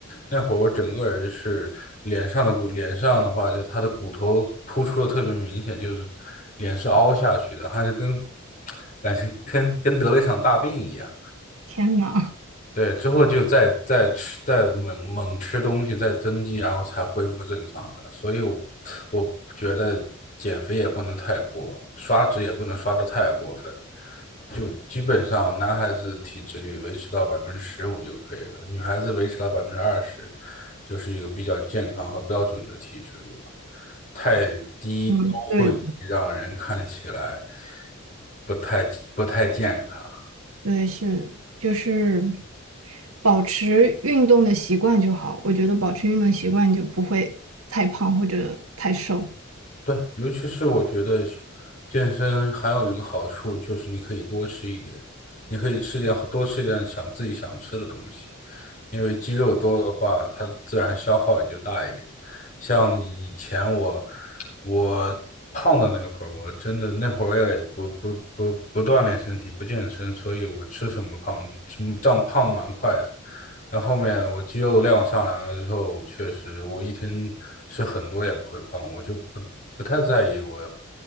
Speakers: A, on the left; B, on the right.
A: 那会儿我整个人是脸上的骨脸上的话，就他的骨头突出的特别明显，就是脸是凹下去的，还是跟感觉跟跟得了一场大病一样。
B: 天呐，
A: 对，之后就再再吃，再猛猛吃东西，再增肌，然后才恢复正常的。所以我，我觉得减肥也不能太过，刷脂也不能刷的太过分。就基本上男孩子体脂率维持到百分之十五就可以了，女孩子维持到百分之二十，就是一个比较健康和标准的体脂率了。太低都会让人看起来
B: 嗯，对
A: 不太不太健康。
B: 对，是，就是保持运动的习惯就好。我觉得保持运动习惯，你就不会太胖或者太瘦。
A: 对，尤其是我觉得健身还有一个好处就是你可以多吃一点，你可以吃点多吃点想自己想吃的东西。因为肌肉多的话，它自然消耗也就大一点。像以前我我胖的那会儿，我真的那会儿也不不不不锻炼身体，不健身，所以我吃什么胖，长胖得蛮快的。但后面我肌肉量上来了之后，确实我一天吃很多也不会胖，我就不不太在意我